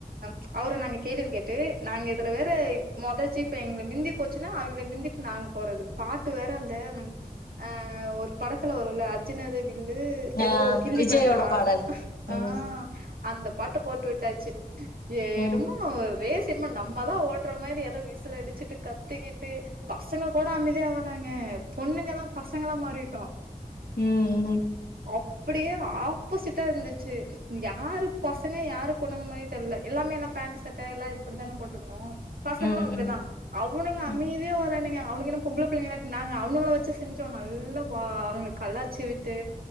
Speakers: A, on the right; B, on the left.
A: ச் அவர நாங்க கேள்வி கேட்டு நாங்க இதுல வேற மொத ஜீப்ப எங்கள மிந்தி போசுன்னா அவங்ள மிந்திட்டு நாங்க போறது பாட்டு வேற அந்த ஆஹ ஒரூ படத்துல வருல்ல அர்ஜினது வி ல்லு
B: ஆ
A: எதோ கில்லி
B: விஜயோட
A: படத்துல ஆஹ்
B: பாடல்.
A: ஆஹ்
B: ம்.
A: அந்தப் பாட்டு போட்டு விட்டாச்சு ஏ
B: ம்.
A: எனம்மோ ரேஸ் செரிம்மன் நம்மதா ஓட்ற மாரி ஏதாவது விசில் அடிச்சிட்டு கத்திக்கிட்டு பசங்க கூட அமேதியா வராங்கே பொண்ணுங்கதான் பசங்களா மாறிட்டோ
B: உம் உம்
A: அப்டியே ஆப்போசிட்டா இருந்துச்சு யாரு பசங்க யாரு பொண்ணுங்க மாரியே தெர்லெ எல்லாமேனா பேண்ட் சட்ட எல்லா இப்படி தான போட்ருந்தோ பசங்ளு
B: ம்.
A: அப்டிதான்
B: ம்.
A: அவ்வுனுங்க
B: ம்
A: அமைதியா வாரானு ஏ அவுனுங்க என்ன பொம்புள பிள்ளைங்களாட்ட நாங்க அவுலங்கள வச்சு செஞ்சோ நல்லா வா அவங்ளுக் கல்லாச்சி விட்டு